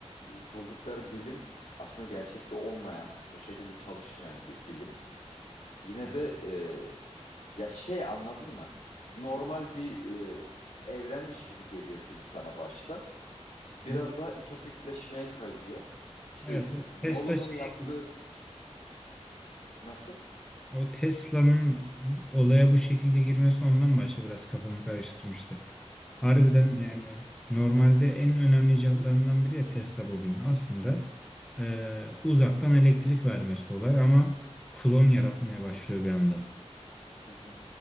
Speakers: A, on the left; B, in the centre.
A: e, buldukları bilim aslında gerçekte olmayan, o şekilde çalışmayan bir bilim. Yine
B: Yani,
A: de e, ya şey anladın mı? Normal bir e, evrenmiş gibi geliyor film sana başta.
B: hı
A: biraz
B: hı.
A: daha ütopikleşmeye kayıyor. İşte
B: Evet o
A: Nolan'ın
B: Tesla şeyi
A: yaptığı nasıl?
B: o Tesla'nın olaya bu şekilde girmesi ondan başta biraz kafamı karıştırmıştı. Harbiden
A: Hı hı,
B: yani normalde en önemli icatlarından biri ya Tesla bobini. Aslında e, uzaktan elektrik vermesi olay ama klon yaratmaya başlıyor bir anda.
A: hı hı,